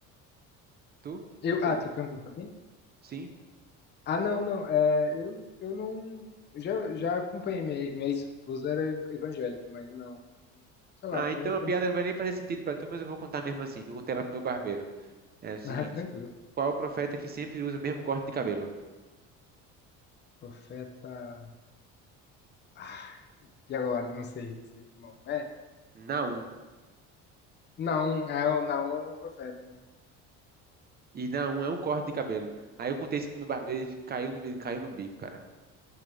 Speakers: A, on the right (about 30°); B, on the left (about 35°).
A: Tu?
B: Eu,
A: Tu, Pedro?
B: ah, tá perguntando pra mim?
A: Sim?
B: Ah, não, não. É, eu, eu não. eu Já, já acompanhei minha, minha esposa, era ev- evangélica, mas não. não- Sei lá,
A: Ah,
B: não.
A: então
B: acom-
A: a piada não vai nem fazer sentido pra tu, mas eu vou contar mesmo assim, que eu contei ela pro meu barbeiro. É o seguinte:
B: <laughs> Ah, tranquilo.
A: qual o profeta que sempre usa o mesmo corte de cabelo?
B: Profeta. ah, E agora? Não sei, não sei. Bom, é.
A: Naum.
B: Não, é, o não é um profeta, né?
A: E Naum é um corte de cabelo. Aí eu contei isso pro meu barbeiro, ele caiu no, ele caiu no bico, cara.